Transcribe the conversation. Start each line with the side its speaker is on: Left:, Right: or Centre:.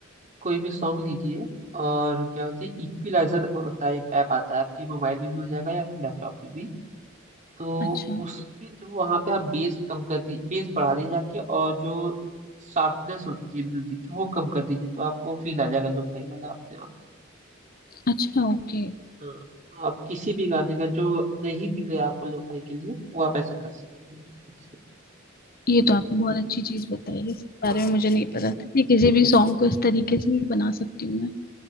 Right: कोई भी सॉन्ग लीजिए और क्या बोलते हैं इक्विलाइजर होता है एक ऐप आता है आपके मोबाइल में भी हो जाएगा या फिर लैपटॉप में भी तो
Left: अच्छा
Right: उसके थ्रू वहां पे आप बेस कम कर दी बेस बढ़ा दी जाके और जो शार्पनेस होती है म्यूजिक की वो कम कर दीजिए तो आपको फील आ जाएगा लोफाई वाला अपने आप
Left: अच्छा ओके
Right: हाँ, आप किसी भी गाने का जो नहीं मिले आपको लोफाई के लिए वो आप ऐसा कर सकते हैं ठीक से।
Left: ये तो आपने बहुत
Right: तो
Left: अच्छी चीज बताई है। इस
Right: हाँ
Left: बारे में मुझे नहीं
Right: ऐसा
Left: पता था कि किसी भी सॉन्ग को इस तरीके से भी बना सकती हूँ मैं